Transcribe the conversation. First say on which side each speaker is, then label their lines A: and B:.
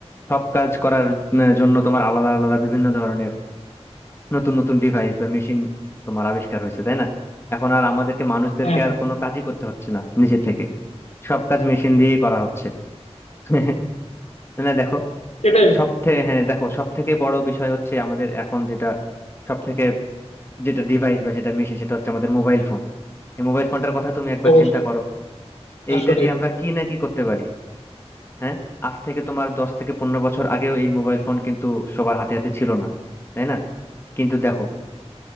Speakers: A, on the left; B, on the left.
A: সব কাজ করার উম, জন্য তোমার আলাদা আলাদা বিভিন্ন ধরনের নতুন নতুন ডিভাইস বা মেশিন তোমার আবিষ্কার হয়েছে তাই না এখন আর আমাদেরকে মানুষদেরকে
B: হ্যাঁ হ্যাঁ
A: আর কোনো কাজই করতে হচ্ছে না নিজে থেকে সব কাজ মেশিন দিয়েই করা হচ্ছে <laughs> তাই না দেখো
B: সেটাই বন্ধু,
A: সব থেকে হ্যাঁ দেখো সব থেকে বড় বিষয় হচ্ছে আমাদের এখন যেটা সব থেকে যেটা ডিভাইস বা যেটা মেশিন সেটা হচ্ছে আমাদের মোবাইল ফোন এই মোবাইল ফোনটার কথা তুমি একবার
B: অবশ্যই
A: চিন্তা করো এইটা
B: আসলে
A: দিয়ে আমরা কি না কি করতে পারি হ্যাঁ আজ থেকে তোমার দশ থেকে পনেরো বছর আগেও এই মোবাইল ফোন কিন্তু সবার হাতে হাতে ছিল না তাই না কিন্তু দেখো